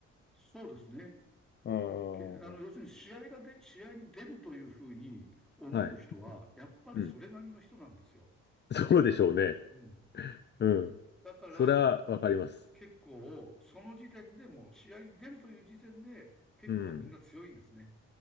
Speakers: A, in the centre; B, on the left.
A: そうですね。
B: うんうんうん
A: けあの、要するに試合がで、試合に出るというふうに思う人は、
B: はい。
A: やっぱりそれなりの人なんですよ。
B: うん。<laughs> そうでしょうね。
A: うん。
B: うん。
A: だから、
B: それはわかります。
A: 結構、その時点でも、試合に出るという時点で、結構みんな強いんですね。
B: うん。